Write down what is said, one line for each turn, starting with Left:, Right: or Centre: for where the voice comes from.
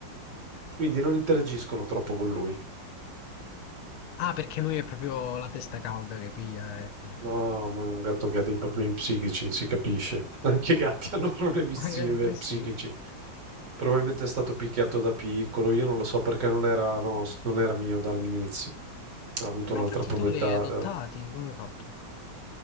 Right: Quindi non interagiscono troppo con lui.
Left: Ah, perché lui è proprio la testa calda che piglia. Eh, eh
Right: No, ma è un gatto che ha dei problemi psichici, si capisce. <laughs> Anche i gatti <laughs> hanno problemi psi-
Left: Anche-
Right: eh,
Left: Eh, sì.
Right: psichici. Probabilmente è stato picchiato da piccolo, io non lo so perché non era, nos- non era mio dall'inizio. Ha avuto
Left: Ma
Right: un'altra
Left: infatti
Right: proprietà,
Left: tu li hai adottati,
Right: eh,
Left: come hai fatto?